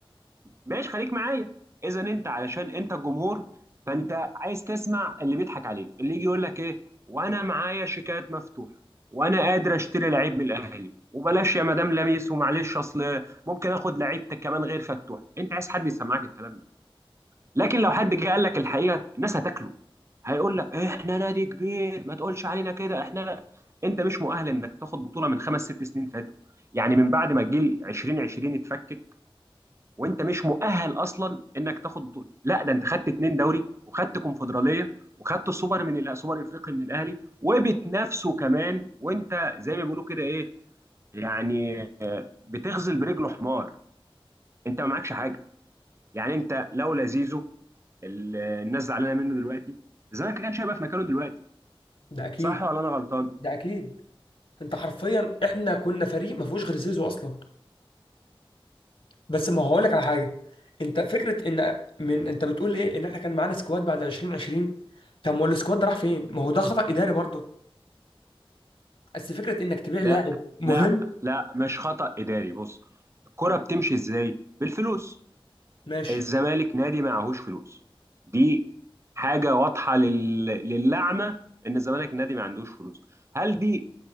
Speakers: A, on the right; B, on the left.
A: ماشي خليك معايا اذا انت علشان انت الجمهور فانت عايز تسمع اللي بيضحك عليك اللي يجي يقول لك ايه وانا معايا شيكات مفتوحه وانا قادر اشتري لعيب من الاهلي وبلاش يا مدام لميس ومعلش اصل ممكن اخد لعيب كمان غير فتوح انت عايز حد يسمعك الكلام ده لكن لو حد جه قال لك الحقيقه الناس هتاكله هيقول لك احنا نادي كبير ما تقولش علينا كده احنا لا. انت مش مؤهل انك تاخد بطوله من خمس ست سنين فاتوا يعني من بعد ما الجيل 2020 اتفك وانت مش مؤهل اصلا انك تاخد بطوله لا ده انت خدت اتنين دوري وخدت كونفدراليه وخدت السوبر من الأ- السوبر الافريقي من الاهلي وبتنافسه كمان وانت زي ما بيقولوا كده ايه يعني بتغزل برجله حمار انت ما معكش حاجه يعني انت لولا زيزو ال- الناس زعلانه منه دلوقتي الزمالك كان هيبقى في مكانه دلوقتي
B: ده اكيد
A: صح ولا انا غلطان
B: ده اكيد انت حرفيا احنا كنا فريق ما فيهوش غير زيزو اصلا بس ما هو هقول لك على حاجه انت فكره ان من انت بتقول ايه ان احنا كان معانا سكواد بعد 2020 طب ما هو السكواد ده راح فين ما هو ده خطأ اداري برضه بس فكره انك تبيع
A: لا
B: لاعب مهم
A: لا لا مش خطأ اداري بص الكرة بتمشي ازاي بالفلوس
B: ماشي
A: الزمالك نادي معهوش فلوس دي حاجة واضحة لل... للعمى إن الزمالك نادي ما عندوش فلوس هل دي